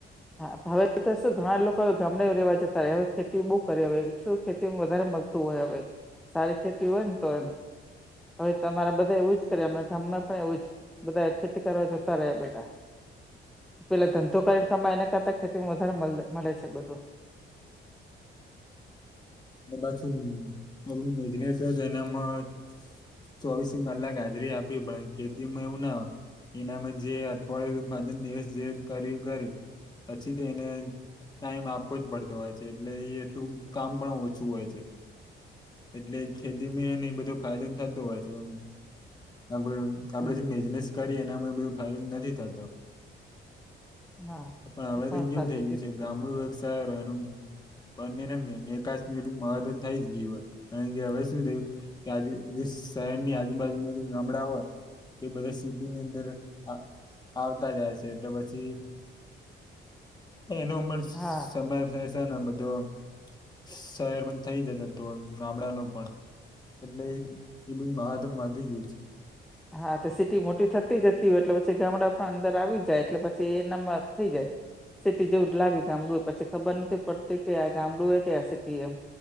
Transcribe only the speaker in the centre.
હા હવે તો શું ઘણા લોકો ગામડે રહેવા જતા રહયા હવે ખેતી બહુ કરી હવે શું ખેતીમાં વધારે મલ હોય હવે. સારી ખેતી હોય ને, તો એમ. હવે તમારે બધા એવું જ કરે. હમણા ગામ માં પણ એવું જ, બધા ખેતી કરવા જતા રયા બધા. પેલા ધંધો કરીને કમાય, એના કરતા ખેતીમાં વધારે મલે મલે છે બધું.
હમ્મ.
હા
એ
સાચું
કીધું
તે
હા
<unintelligible>
હા, તો સીટી મોટી થતી જતી હોય, એટલે પછી ગામડા પણ અંદર આવી જાય, એટલે પછી એનાં <inaudible> થઈ જાય. સિટી જેવું જ લાગે ગામડું હો. પસી ખબર નથી પડતી કે આ ગામડું હોય કે આ સિટી એમ.